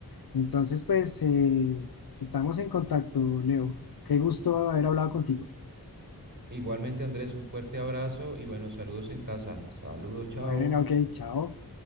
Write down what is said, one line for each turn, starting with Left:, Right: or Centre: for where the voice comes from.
Left: entonces pues eh, estamos en contacto, Leo. Qué gusto haber hablado contigo.
Right: Igualmente, Andrés, un fuerte abrazo y bueno, saludos en casa. Saludos, chao.
Left: Bueno, ok, chao.